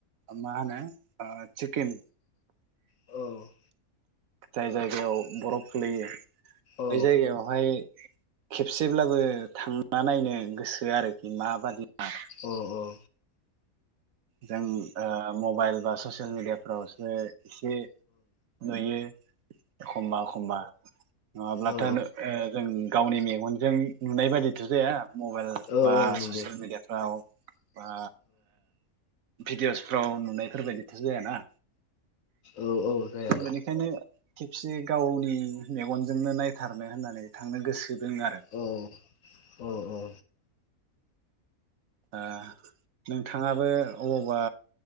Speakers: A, on the right (about 70°); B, on the left (about 65°).
A: मा होनो चिकेन
B: औ
A: जाय जायगायाव बर'फ गोग्लैयो
B: औ
A: बै जायगायावहाय खेबसेब्लाबो थांना नायनो गोसो आरो माबादि म
B: औ-औ
A: जों ओ मबाइल बा ससियेल मिडियाफ्रावसो एसे नुयो एखमबा-एखमबा नङाब्लाथ'
B: औ
A: नो ओ जों गावनि मेगनजों जों नुनाय बादिथ' जाया मबाइल
B: औ
A: बा
B: नंगौ
A: ससियेल मेडियाफ्राव बा भिडिअ'सफ्राव नुनायफोरबायदिथ' जायाना
B: औ औ जाया
A: बेनिखायनो खेबसे गावनि मेगनजोंनो नायथारनो होननानै थांनो गोसो दों आरो
B: औ औ औ
A: ओ नोंथाङाबो अबावबा